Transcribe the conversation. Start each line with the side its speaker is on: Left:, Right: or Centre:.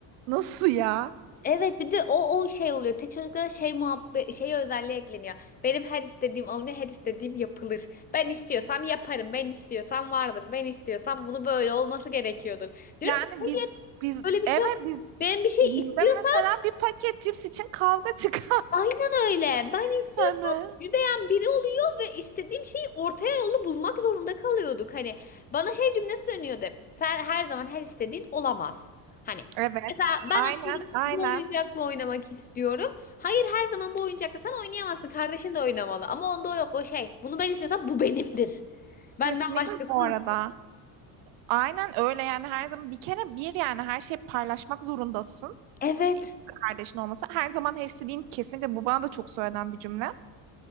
Right: nasıl ya?
Left: evet bir de o o şey oluyor. Tek çocuklara şey muhabbet şey özelliği ekleniyor. Benim her istediğim alınıyor, her istediğim yapılır. Ben istiyorsam yaparım, ben istiyorsam vardır, ben istiyorsam bunu böyle olması gerekiyordur. Diyorum
Right: Yani
Left: ki hayır,
Right: biz biz
Left: böyle bir
Right: evet
Left: şey yok.
Right: biz
Left: Ben bir şey
Right: bizde
Left: istiyorsam
Right: mesela bir paket cips için kavga çıkar.
Left: Aynen öyle. Ben
Right: <laughs>
Left: istiyorsam
Right: Hani
Left: müjdeyen biri oluyor ve istediğim şeyi ortaya yolunu bulmak zorunda kalıyorduk. Hani bana şey cümlesi dönüyordu. hep, Sen her zaman her istediğin olamaz. Hani
Right: evet
Left: mesela ben
Right: aynen
Left: atıyorum
Right: aynen
Left: bu oyuncakla oynamak istiyorum. Hayır her zaman bu oyuncakla sen oynayamazsın. Kardeşin de oynamalı. Ama onda o yok o şey. Bunu ben istiyorsam bu benimdir. Benden
Right: kesinlikle
Left: başkasının.
Right: bu arada. Aynen öyle yani her zaman bir kere bir yani her şeyi paylaşmak zorundasın.
Left: Evet.
Right: kardeşin olması her zaman her istediğin kesinlikle bu bana da çok söylenen bir cümle.